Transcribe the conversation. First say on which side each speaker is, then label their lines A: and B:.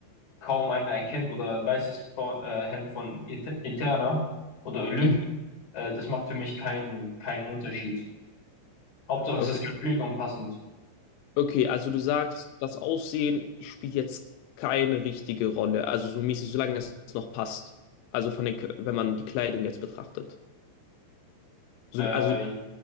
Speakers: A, on the left; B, on the left.
A: kaum einer erkennt, oder ein weißes Bo- äh, Hemd von Ete- Eterna oder Olymp,
B: mhm,
A: äh, das macht für mich keinen keinen Unterschied. Hauptsache es
B: okay,
A: ist gepflegt und passend.
B: okay, also du sagst, das Aussehen spielt jetzt keine richtige Rolle, also so mäßig, solange es noch passt. Also von den, Kö- wenn man die Kleidung jetzt betrachtet. So,
A: Äh,
B: also